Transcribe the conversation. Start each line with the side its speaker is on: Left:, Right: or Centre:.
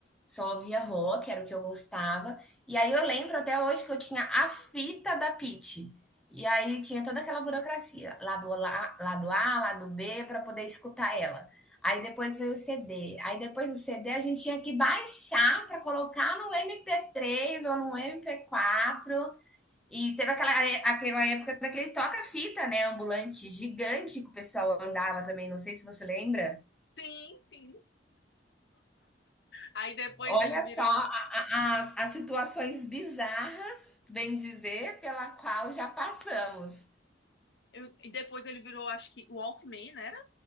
Centre: Só ouvia rock, era o que eu gostava. E aí eu lembro até hoje que eu tinha a fita da Pitty. E aí tinha toda aquela burocracia, lado A, lado, a, lado B, para poder escutar ela. Aí depois veio o CD. Aí depois do CD a gente tinha que baixar para colocar no mp três ou no mp quatro E teve aquela, aquela época daquele toca-fita, né? Ambulante gigante que o pessoal andava também, não sei se você lembra.
Left: sim, sim. Aí depois
Centre: Olha
Left: ele virou
Centre: só a- a- a- as situações bizarras, bem dizer, pela qual já passamos.
Left: Eu- e depois ele virou, acho que, o Walkman, né? era?